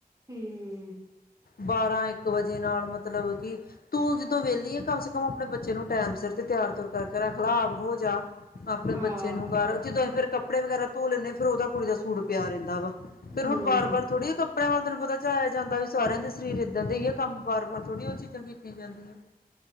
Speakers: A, on the right; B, on the left.
A: ਹੂੰ,
B: ਬਾਰਾਂ ਇੱਕ ਵਜੇ ਨਾਲ ਮਤਲਬ ਕਿ ਤੂੰ ਜਦੋਂ ਵਿਹਲੀ ਆ ਕਮ ਸੇ ਕਮ ਆਪਣੇ ਬੱਚੇ ਨੂੰ ਟੈਮ ਸਿਰ ਤੇ ਤਿਆਰ ਤਰ ਕਰਕੇ ਰੱਖ ਲਾ ਆਪ ਹੋ ਜਾ। ਆਪਣੇ
A: ਹਾਂ,
B: ਬੱਚੇ ਨੂੰ ਕਰ। ਜਦੋਂ ਫਰ ਕੱਪੜੇ ਵਗੈਰਾ ਧੋ ਲੈਂਦੇ ਫਿਰ ਉਹ ਕੁੜੀ ਦਾ ਸੂਟ ਪਿਆ ਰਹਿੰਦਾ ਵਾ। ਫਿਰ
A: ਹੂੰ,
B: ਹੁਣ ਬਾਰ ਬਾਰ ਥੋੜ੍ਹੀ ਕੱਪੜੇ ਆਪ ਤੈਨੂੰ ਪਤਾ ਚਲ ਜਾਂਦਾ ਜਾਂਦਾ ਵੀ ਸਾਰਿਆਂ ਦੇ ਸਰੀਰ ਇੱਦਾਂ ਦੇ ਹੀ ਕੰਮ ਬਾਰ ਬਾਰ ਥੋੜੀ ਉਹ ਚੀਜ਼ ਚੰਗੀ ਕੀ ਕਰਨੀਆ